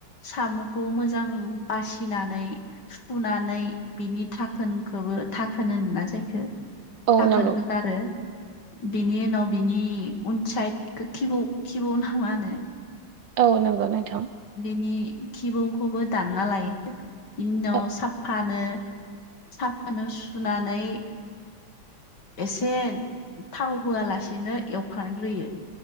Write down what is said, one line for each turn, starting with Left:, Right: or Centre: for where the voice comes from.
Left: साम'खौ मोजां बासिनानै सुुनानै बिनि धाखोनखोबो धाखोन होनोना जायखो
Right: औ
Left: धाखोनखो
Right: नंगौ
Left: गारो बिनि उनाव बिनि उनसाइदखो खिबौ खिबौ ना मा होनो
Right: औ नंगो नोंथां
Left: बिनि खिबौखौबो दानना लायो बिनि उनाव
Right: औ
Left: साफफानो साफानो सुनानै एसे थाव होआलासिनो एवफ्रांग्रोयो